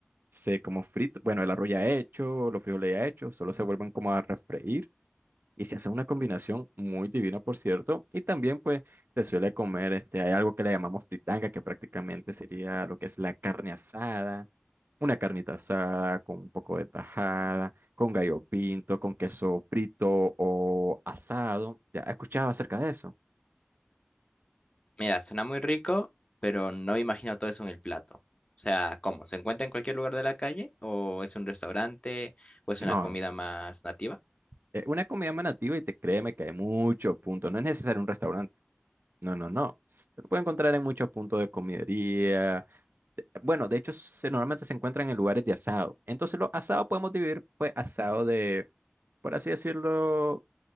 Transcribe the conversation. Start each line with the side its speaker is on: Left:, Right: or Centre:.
Right: Se como frito, bueno, el arroz ya hecho, los frijoles ya hechos, solo se vuelven como a refreír y se hace una combinación muy divina, por cierto. Y también, pues, se suele comer, este, hay algo que le llamamos fritanga, que prácticamente sería lo que es la carne asada, una carnita asada con un poco de tajada, con gallo pinto, con queso frito o asado. ¿Ya has escuchado acerca de eso?
Left: Mira, suena muy rico, pero no me imagino todo eso en el plato. O sea, ¿cómo? ¿Se encuentra en cualquier lugar de la calle? ¿O es un restaurante? ¿O es
Right: No,
Left: una comida más nativa?
Right: es una comida más nativa y te créeme que hay muchos puntos. No es necesario un restaurante. No, no, no. Se puede encontrar en muchos puntos de comidería Bueno, de hecho, se- normalmente se encuentran en lugares de asado. Entonces, los asados podemos dividir, pues, asado de, por así decirlo,